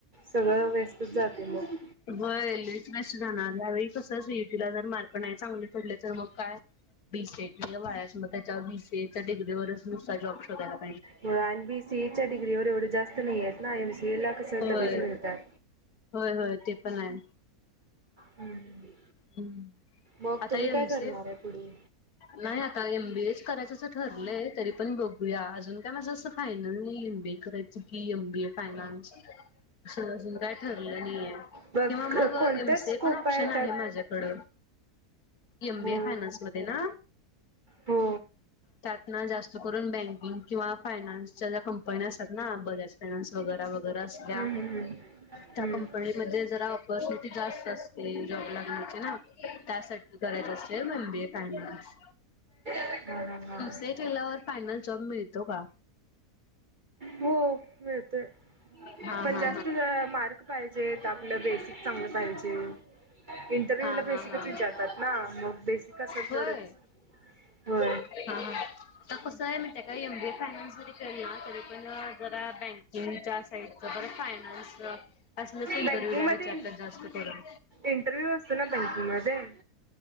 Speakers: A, on the right (about 35°); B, on the left (about 65°).
A: सगळं व्यस्तच जाते मग
B: होय लईच व्यस्त जाणार ह्यावेळेला कसच सी ई टी ला जर मार्क नाही चांगले पडले तर मग काय. बी सेट तर वायाच मग त्याच्या बीसी डग्री वरच नुसता जॉब शोधाय लागणार.
A: व्हय बीसी एच्या डिग्री वर एवढे जास्त नाही आहेत ना एमसी ए ला कसं
B: होय
A: लगेच मिळतात.
B: होय होय ते पण आहे.
A: हम्म
B: हम्म
A: मग
B: आता
A: तुम्ही
B: एमसीए
A: काय करणार आहे पुढे?
B: नाही आता एम बीएच करायचंचं ठरलंय तरी पण बघूया अजून काय माझं असं फायनल नाही एम बीए करायचं. क एम बी ए फायनास. अून अजून काय ठरलं नाही
A: बघ
B: किंवा मग
A: कोणत्याच
B: एम स
A: स्कोप
B: पण ऑप्शन आहे
A: त्यात
B: माझ्याकडे. ड एम
A: हो
B: बे फायनान्स मध्ये ना.
A: हो.
B: त्यात ना जास्त करून बँकिंग किंवा फायनान्सच्या ज्या कंपन्या असतात ना बऱ्याच. फायनान्स वगैर वगैरे असल्या.
A: हम्म
B: त्या
A: हम्म
B: कंपनीमध्ये जरा ऑपॉर्च्युनिटी जास्त असते जॉब लागण्याची ना त्यासाठी. करायचा असते एम बी ए फायनान्स.
A: हम्म हा
B: ते केल्यावर फायनल जॉब मिळतो का?
A: हो मिळतोय.
B: हा
A: पण
B: हा
A: जास्त मार्क पाहिजेत आपलं बेसिक चांगलं पाहिजे. इंटरव्ह्यू
B: हा हा
A: ला
B: हा
A: बेसिकच
B: हा
A: विचारतात ना मग बेसिक असेल
B: होय
A: तरच. हो.
B: हा हा आता कसं आहे म्हणते का एम बी ए फानान्सरी केला तरीून जरा बँकिंगच्याचा. फायनान अस इंटरव्ह्य
A: बँकिंग
B: ला
A: मध्ये
B: विचारत जास्त करून.
A: इंटरव्ह्यू असतो ना बँकिंग मध्ये